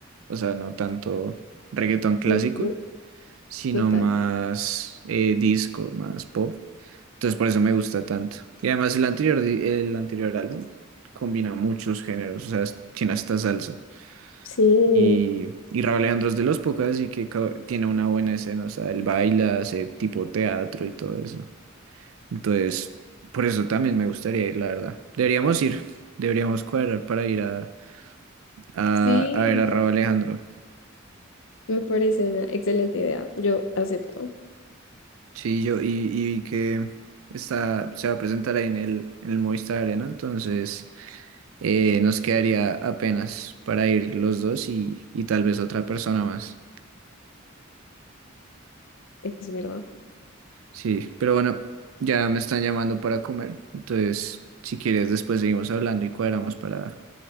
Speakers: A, on the right (about 80°); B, on the left (about 70°).
A: O sea, no tanto reggaetón clásico.
B: Ujú,
A: sino
B: Total.
A: más eh, disco, más pop. Entonces por eso me gusta tanto. Y además el anterior, di- el anterior álbum combina muchos géneros, o sea, tiene hasta salsa.
B: Sí,
A: Y, y Raúl Alejandro es de los pocos, así que ca- tiene una buena escena, o sea, él baila, hace tipo teatro y todo eso. Entonces, por eso también me gustaría ir, la verdad. Deberíamos ir, deberíamos cuadrar para ir a, a,
B: sí,
A: a ver a Raúl Alejandro.
B: me parece una excelente idea. Yo acepto.
A: Sí, yo, y, y que está, se va a presentar ahí en el, en el Movistar Arena, entonces eh, nos quedaría apenas para ir los dos y, y tal vez otra persona más.
B: Es verdad.
A: Sí, pero bueno, ya me están llamando para comer, entonces si quieres después seguimos hablando y cuadramos para,